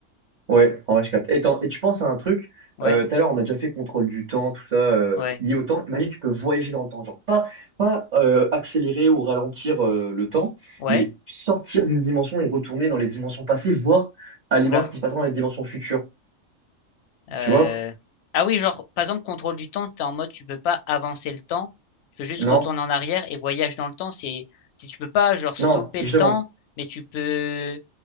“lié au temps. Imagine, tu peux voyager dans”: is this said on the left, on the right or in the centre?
Right